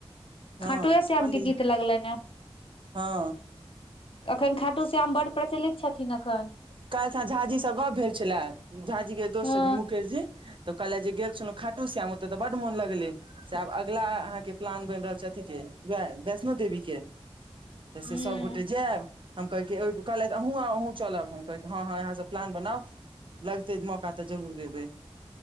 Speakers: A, on the right (about 55°); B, on the left (about 60°).
A: हँ
B: खाटू ए श्याम
A: पंडीजी
B: केँ गीत लगलैन है
A: हँ
B: <inaudible> अखन खाटू श्याम बड़ प्रचलित छथिन्ह अखन
A: काइल सा झाजी स गप भेल छलय झाजी केँ दोस्त
B: हँ
A: छथिन्ह मुकेश जी तऽ कहल जे गेल छलौ खाटू श्याम ओत तऽ बड मोन लगलै से आब अगला अहाँकेँ प्लान बैन रहल छै अथि केँ उहै वैष्णो देवी केँ <inaudible> से
B: हूँ
A: सब गोटे जैब हम कहै की कहलैथ अहूँ आउ अहूँ चलब हम कहै हँ हँ यहाँसँ प्लान बनाउ लगते मौका तऽ जरूर ऐबै